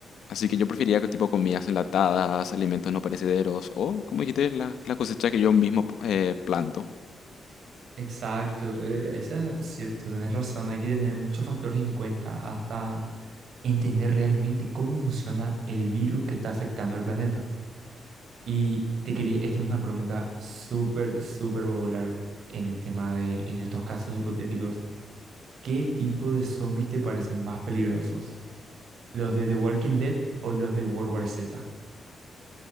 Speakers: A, on the left (about 70°); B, on the right (about 70°).
A: así que yo preferiría que tipo comidas enlatadas, alimentos no perecederos o, como dijiste, la, la cosecha que yo mismo eh, planto.
B: Exacto, eh, eso es cierto, tenés razón. Hay que tener muchos factores en cuenta hasta entender realmente cómo funciona el virus que está afectando al planeta. Y te quería, esta es una pregunta súper, súper popular en el tema de, en estos casos hipotéticos. ¿Qué tipo de zombies te parecen más peligrosos? ¿Los de The Walking Dead o los de World War Z?